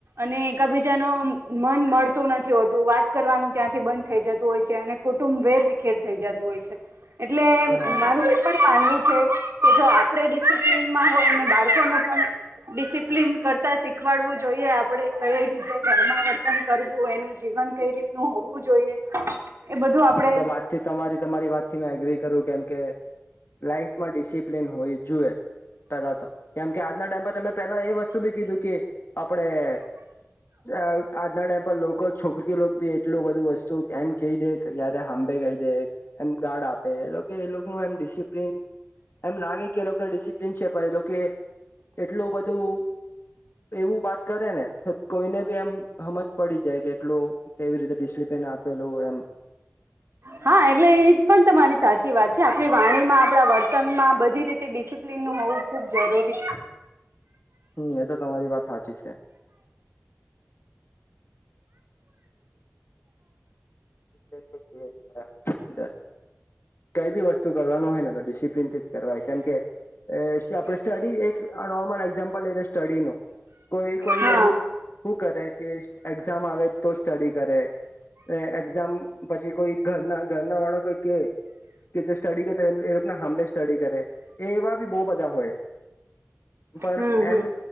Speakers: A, on the right; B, on the left.
A: અને એકબીજાનો મન મળતું નથી હોતું વાત કરવાનું ત્યાંથી બંધ થઈ જતું હોય છે અને કુટુંબ વેરવિખેર થઈ જ તુ હોય છે એટલે
B: હા
A: મારું એ પણ માનવું છે કે જો આપડે ડિસિપ્લનમાં હોય ને બાળકોને પણ ડિસિપ્લીન કરતા શીખવાડવું જોઈએ આપડે કઈ રીતે ઘરમાં વ તમે કરવું એનું. જીવન કઈ રીતનું હોવું જોઈએ. એ બધું આપણે
B: એ તો વાતથી તમારી તમારી વાતથી મે એગ્રી કરું કેમ કે લાઇફમાં ડિસિપ્લિન હોવી જોય પેલા તો કેમ કે આજના ટાઈમ પર તમે પેલા એ બી કીધું કે આપણેે આજના ટાઈમ પર લોકો, છોકરીઓ બી એટલું બધું વસ્તુ એમ કહી દે, જય્યારે હંભે કઈ દે એમ ગાર્ડ આપે એ એ લોકોનું એમ ડિસપ્લન એમ લાગે કે એ લોકોને ડિસિપ્લિન છે, પણ એ લોકો એટલું બધું એવું વાત કરે ને કોઈને બી એમ હમજ પડી જાય કે એટલો કેવી રીતે ડિસિપ્લિન આપ કોઈ આમ
A: હા, એટલે એ પણ તમારી સાચી વાત છે આપણી વાણીમાં આપણા વર્તનમાં બધી રીતે ડિસિપ્લિનનું હોવું ખુબ જરૂરી છે
B: હમ્મ, એ તો તમારી વાત હાચી છે. <unintelligible> કઈ બી વસ્તુ કરવાનું હોયને તો ડિસિપ્લનથી જ કરવા કેમકે એ આપ સ્ટડી એક આ નોર્મલ એક્ઝામ્પલ લઈ લે સ્ટડીનું કોઈ કોઈ
A: હા
B: એમ હું કરે કે એક્ઝામ આવે તો જ સ્ટડી કરે. ને એક્ઝ ઝામ પછી કોઈ ઘરના ઘરના વાળા કોઈ કે કે જે સ્ટડી કરતા એ લે ના હાંબે સ્ટડી કરે એ એવા બી બહુ બધા હોય પણ પર
A: હમ હમ
B: એમ